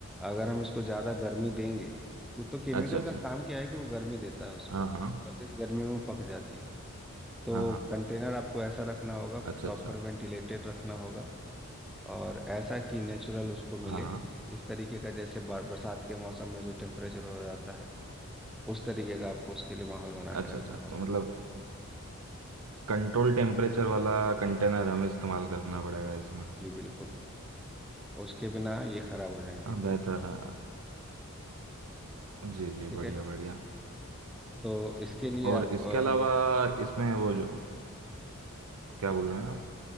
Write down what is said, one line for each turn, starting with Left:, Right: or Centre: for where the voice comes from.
Centre: अगर हम इसको ज़्यादा गर्मी देंगे तो, तो केमिकल
Right: अच्छा अच्छा
Centre: का काम क्या है कि वो गर्मी देता है उसको
Right: हाँ हाँ
Centre: और जिस गर्मी में वो पक जाती है तो
Right: हाँ हाँ
Centre: कंटेनर आपको ऐसा रखना होगा
Right: अच्छा
Centre: प्रॉपर
Right: अच्छा
Centre: वेंटिलेटेड रखना होगा और ऐसा कि नेचुरल उसको मिले
Right: हाँ
Centre: इस तरीके का जैसे बर, बरसात के मौसम में जो टेम्परेचर हो जाता है उस तरीके का आपको उसके लिए माहौल बना के
Right: अच्छा
Centre: रखना
Right: अच्छा
Centre: होगा
Right: तो मतलब कंट्रोल टेम्परेचर वाला कंटेनर हमें इस्तेमाल करना पड़ेगा इसमें
Centre: जी बिल्कुल उसके बिना ये खराब हो जाएंगे
Right: हाँ बेहतर है जी जी
Centre: ठीक
Right: बढ़िया
Centre: है
Right: बढ़िया
Centre: तो इसके लिए
Right: और
Centre: आप
Right: इसके
Centre: अ,
Right: अलावा इसमें वो जो क्या बोल रहे हैं आप